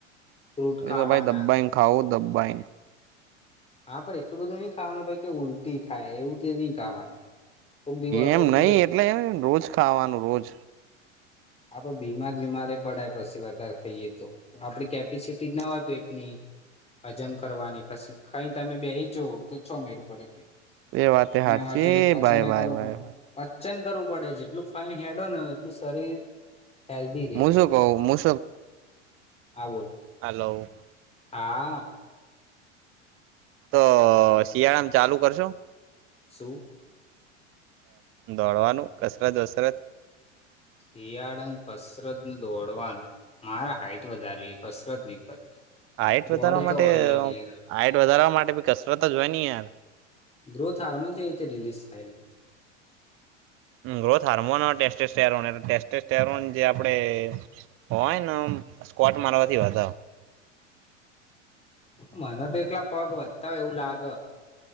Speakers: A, on the left; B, on the right.
A: ફ્રૂટ ખાવાના
B: એ તો ભાઈ દબ્બાાઈ ખાઓ દબ્બાાઈને.
A: હા પણ એટલું બધું નઈ ખાવાનું ક‌ઇ કે ઉલટી થાય એવું તે નઈ ખાવાનું. કોક દિવા
B: એમ
A: કોક
B: નહિ
A: દિવ
B: એટલે રોજ ખાવાનું રોજ.
A: આપ બીમાર બીમારે પડાય પછી વધારે ખાઈએ તો. આપડી કેપેસિટી જ ના હોય પેટની હજમ કરવાની પછી ખાઈ તમે બેહી જ તો છો મેળ પડે કે
B: એ વાતે
A: એના
B: સાચી
A: માટે પચાને
B: ભાઈ ભાઈ
A: કરું
B: ભાઈ
A: પણે પાચન કરવું પડે જેટલું ખાઈન હેડો ન હોય એટલું શરીર હેલ્ધી રે,
B: હું શું કઉ હું
A: હા બોલ
B: હલો.
A: આ
B: તો શિયાળામ ચાલુ કરશુ?
A: શું?
B: દોડવાનું, કસરત વસરત
A: શિયાળમાં કસરતને, દોડવાનું. મારા હાઈટ વધારવી કસરત ની કરવી.
B: હાઈઇટ
A: બોડી
B: વધારવા માટે
A: તો ઓલરેડી
B: હાઈટ વધારવા માટે બી કસરત જ હોય નની યાર
A: ગ્રોથ હાર્મોન છે રિલીઝ થય છે
B: ગ્રોથ હાર્મોન ટેસ્ટેરોનલે ટેસ્ટ સરોન જે આપડે હો હોય ને સ્કવટ મારવાથી વધ
A: મને તો એકલા પગ વધતા હોય એવું લાગ